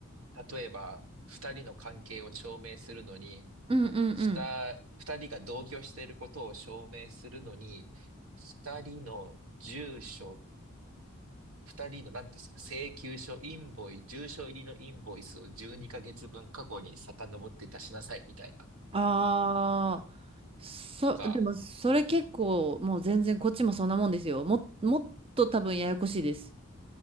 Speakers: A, on the right; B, on the right.
A: 例えば二人の関係を証明するのに、
B: うんうんうん。
A: 二二人が同居していることを証明するのに、二人の住所、二人の何ですか、請求書、インボイ、住所入りのインボイスを12ヶ月分過去に遡って出しなさいみたいな、
B: ああ、そ、
A: とか、
B: でもそれ結構もう全然こっちもそんなもんですよ。も、もっと多分ややこしいです。